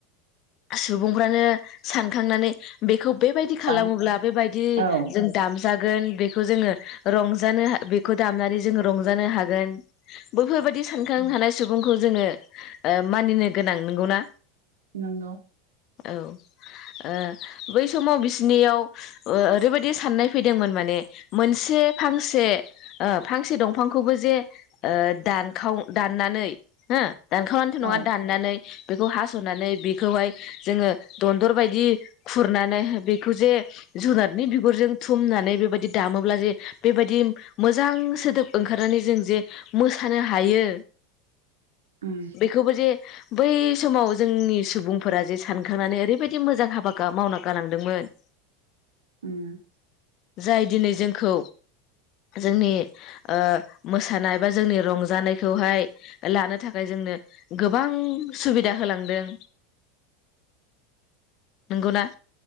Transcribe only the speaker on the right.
बां
औ
नंगौ।
औ
उम
उम